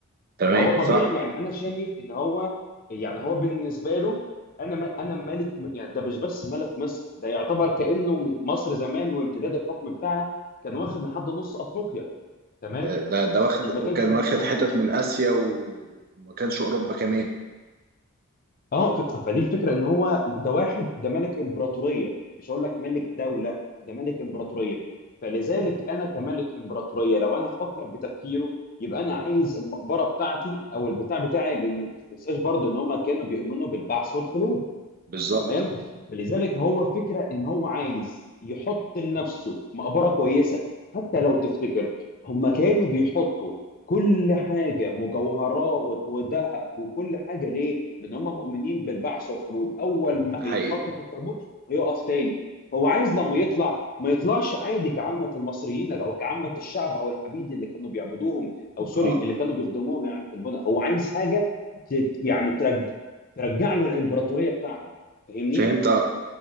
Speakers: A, on the right (about 40°); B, on the left (about 40°).
A: تمام
B: فهو طبيعي
A: صح
B: يعني انا شايف ان هو يعني هو بالنسبه له انا ما- انا ملك يعني ده مش بس ملك مصر ده يعتبر كانه مصر زمان وامتداد الحكم بتاعها كان واخد لحد نص افريقيا تمام
A: ده ده واخد
B: ما
A: وكان
B: كانش في
A: واخد
B: البلاد
A: حتت
B: اللي حواليه.
A: من آسيا وما كانش أوروبا كمان
B: اه ف- فدي الفكره ان هو ده واحد ده ملك امبراطوريه مش هقول لك ملك دوله ده ملك امبراطوريه فلذلك انا كملك امبراطوريه لو انا هفكر بتفكيره يبقى انا عايز المقبره بتاعتي او البتاع بتاعي لان ما تنساش برضه ان هم كانوا بيؤمنوا بالبعث والخلود
A: بالظبط
B: تمام فلذلك هو فكره ان هو عايز يحط لنفسه مقبره كويسه حتى لو تفتكر هم كانوا بيحطوا كل حاجه مجوهرات وذهب وكل حاجه ليه؟ لان هم مؤمنين بالبعث والخلود اول ما
A: ده حقيقي
B: هيتحط في التابوت هيقف تاني هو عايز لما يطلع ما يطلعش عادي كعامة المصريين او كعامة الشعب او العبيد اللي كانوا بيعبدوهم او سوري
A: اه
B: اللي كانوا بيخدموهم يعني في البناء هو عايز حاجة تت- يعني ترج... ترجع له الامبراطورية بتاعته فاهمني
A: فهمت